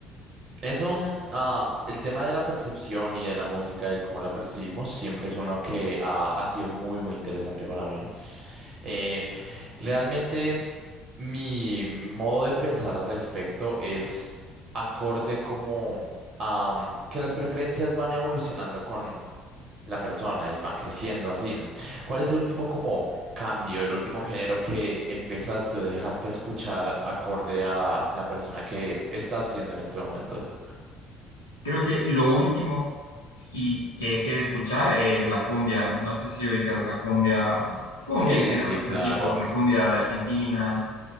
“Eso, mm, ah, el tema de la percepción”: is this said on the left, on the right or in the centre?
Right